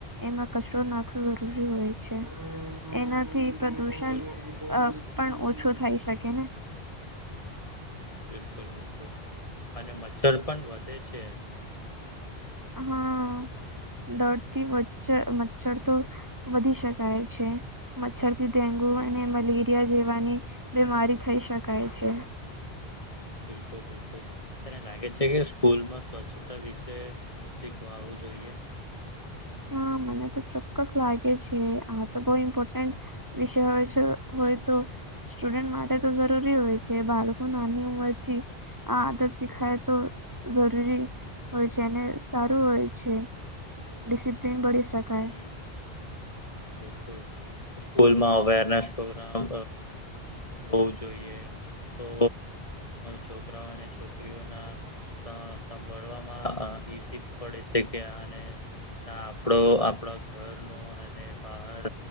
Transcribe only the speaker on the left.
બિલકુલ બિલકુલ
બિલકુલ બિલકુલ અને મચ્છર પણ વધે છે.
હમ
બિલકુલ બિલકુલ. તને લાગે છે કે સ્કૂલમાં સ્વચ્છતા વિષ શીખવાવું જોઈએ.
હમ બિલકુલ સ્કૂલમાં અવેરનેસ પ્રોગ્રામ. હોવું જોઈએ તો છોકરાઓ અને છોકરીઓ. સાભળવામાં ઈઝી પડે છે કે. ત આપડો આપણા ઘર નો અને. બહાર